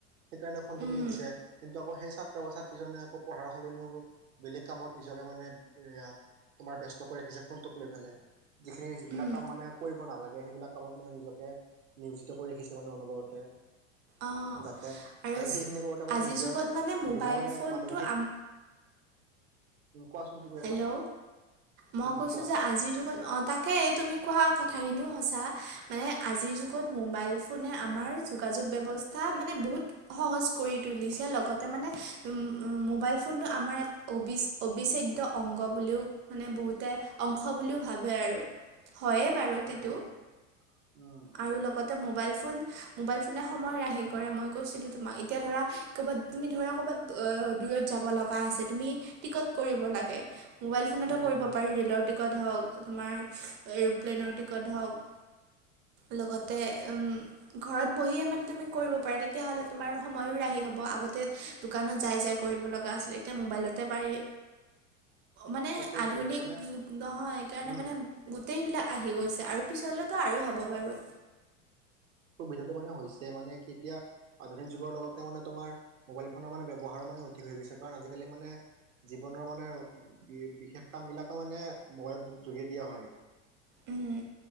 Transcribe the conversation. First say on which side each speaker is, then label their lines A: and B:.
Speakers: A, on the right; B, on the right.
A: সেইকাৰণে ফোনটো
B: উম
A: কিনি দিছে কিন্তু আকৌ সেই ছাত্ৰ বা ছাত্ৰীজনে আকৌ পঢ়াৰ সলেনিও। বেলেগ কামত নিজকে মানে এয়া তোমাৰ ব্যস্ত কৰি ৰাখিছে ফোনটোক লৈ পেলাই। যিখিনি যিবিলাক
B: উম
A: কাম মানে কৰিব নালাগে সেইবিলাক কামত মানে নিজকে। নিয়োজিত কৰি ৰাখিছে মানে অনবৰতে।
B: অঁ
A: যাতে আৰু সেইখিনি
B: জ-
A: কৰোতে মানে
B: আজিৰ
A: নিজৰ
B: যুগত মানে মোবাইল
A: নিজৰ মানে
B: ফোনটো
A: মানসিক।
B: আম
A: কোৱাচোন কৈ
B: হেল্ল'
A: আছা
B: মই
A: উম
B: কৈছো
A: কোৱা
B: যে আজিৰ যুগত অ তাক সেই তুমি কোৱা কথাখিনিও সঁচা মানে আজিৰ যুগত মোবাইল ফোনে আমাৰ যোগাযোগ ব্যৱ স্থা মানে বহুত সহজ কৰি তুলিছে লগতে মানে মোবাইল ফোনটো আমাৰ এক অবি অবিচ্ছেদ্য অংগ বুলিও মানে বহুতে অংশ বুলিও ভাবে আৰু। হয়ে বাৰু
A: তাকেইতো
B: টেটো
A: উম
B: আৰু লগত এ মোবাইল ফোন মোবাইল ফোনে সময় ৰাহি কৰে মই কৈছিলো তোমাক এতিয়া ধৰা ক'ৰবাত তুমি ধৰা ক'ৰবাত দূৰত যাব লগা আছে তুমি টিকট কৰিব লাগে মোবাইল ফোনতে
A: উম
B: কৰিব
A: উম
B: পাৰি ৰে'লৰ টিকট হওক তোমাৰ এৰ'প্লেনৰ টিকট হওক লগতে উম ঘৰত বহিয়ে মানে তুমি কৰিব পাৰা তেতিয়া হলে তোমাৰ সময়ো ৰাহি হ'ব আগতে দোকানত যাই যাই কৰিব লগা আছিল এতিয়া মোবাইলতে পাৰি। মানে
A: সেইটোয়েইটো
B: আধুনিক
A: এতিয়া মানে
B: যুগ নহয় সেইকাৰণে
A: উম
B: মানে গোটেইবিলাক আহি গৈছে আৰু পিছলেতো আৰু হ'ব বাৰু।
A: সুবিধাতো মানে হৈছে মানে কি এতিয়া আধুনিক যুগৰ লগতে মানে তোমাৰ মোবাইল ফোনৰ মানে ব্যৱহাৰো মানে অধিক হৈ গৈছে কাৰণ আজিকালি মানে জীৱনৰ মানে বি বিশেষ কাম বিলাকো মানে মোবাইলৰ যোগেদিয়ে হয়
B: উম